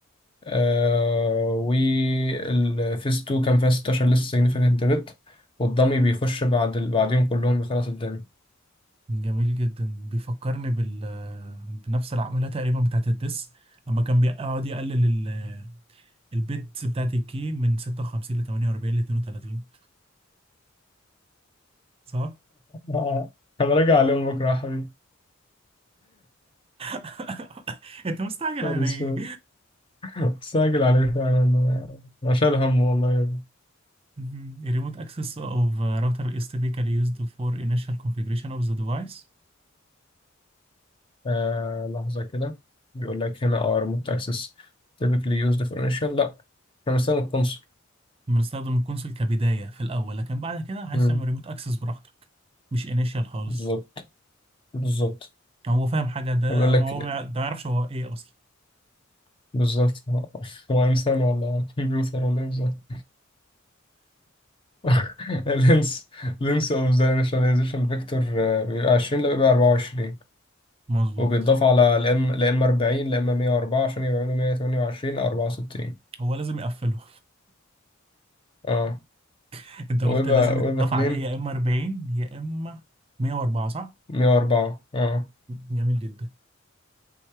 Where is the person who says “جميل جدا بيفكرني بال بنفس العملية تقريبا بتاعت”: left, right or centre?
Right